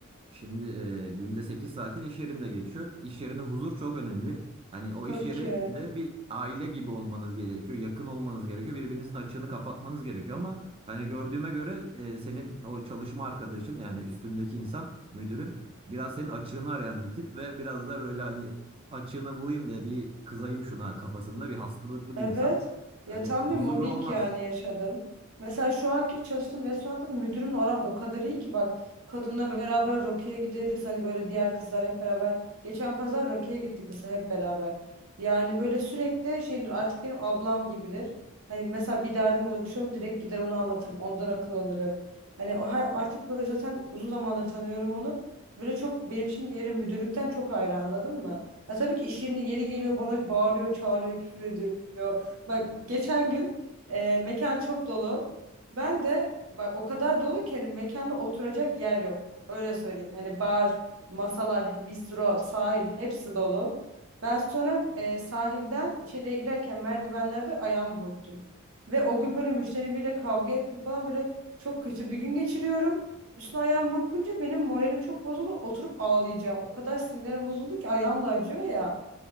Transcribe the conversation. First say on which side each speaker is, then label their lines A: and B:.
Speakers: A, on the right (about 25°); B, on the right (about 75°).
A: şimdi e, günde 8 saatin iş yerinde geçiyor. İş yerinde huzur çok önemli. Hani o
B: Tabii
A: iş yerinde
B: ki.
A: bir aile gibi olmanız gerekiyor. Yakın olmanız gerekiyor. Birbirinizin açığını kapatmanız gerekiyor ama hani gördüğüme göre e, senin o çalışma arkadaşın yani üstündeki insan müdürün biraz senin açığını arayan bir tip ve biraz da böyle hani açığını bulayım da bir kızayım şuna kafasında bir hastalıklı
B: Evet.
A: bir insan. Hani
B: Ya tam
A: huzurlu
B: bir mobbing
A: olmaz.
B: yani yaşadım. Mesela şu anki çalıştığım restoranda da müdürümle aram o kadar iyi ki bak kadınla beraber Rocky'ye gideriz. Hani böyle diğer kızlar hep beraber. Geçen pazar Rocky'ye gittik mesela hep beraber. Yani böyle sürekli şeyimdir artık benim ablam gibidir. Hani mesela bir derdim olur bir şey olur direkt gider onu anlatırım. Ondan akıl alırım. Hani o her, artık böyle zaten uzun zamandır tanıyorum onu. Böyle çok benim için yeri müdürlükten çok ayrı anladın mı? Ya tabii ki iş yerinde yeri geliyor bana bağırıyor, çağırıyor, küfür ediyor diyor. Bak geçen gün e, mekan çok dolu. Ben de bak o kadar dolu ki hani mekanda oturacak yer yok. Öyle söyleyeyim. Hani bar, masalar, bistro, sahil hepsi dolu. Ben sonra e, sahilden içeriye girerken merdivenlerde ayağımı burktum. Ve o gün böyle müşterim biriyle kavga ettim falan böyle çok kötü bir gün geçiriyorum. Üstüne ayağım burkunca benim moralim çok bozuldu. Oturup ağlayacağım. O kadar sinirlerim bozuldu ki ayağım da acıyor ya.